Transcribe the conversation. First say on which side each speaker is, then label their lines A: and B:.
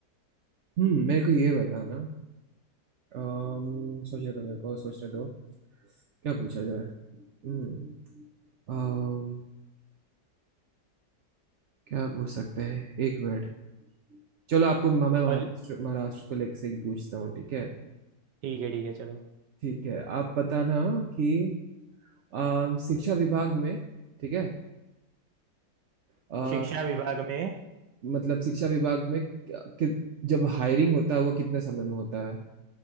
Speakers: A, on the right; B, on the right.
A: हम्म मेरे को ये बताना अम, सोचने दो मेरे को सोचने दो क्या पूछा जाए हम्म अम, क्या पूछ सकते हैं एक मिनट चलो आपको मैं मैं महाराष्ट्र
B: कॉल
A: महाराष्ट्र को लेकर से ही पूछता हूँ ठीक है
B: ठीक है ठीक है चलो
A: ठीक है आप बताना कि अ, शिक्षा विभाग में ठीक है अ,
B: शिक्षा विभाग में
A: मतलब शिक्षा विभाग में कि, जब हायरिंग होता है वो कितने समय में होता है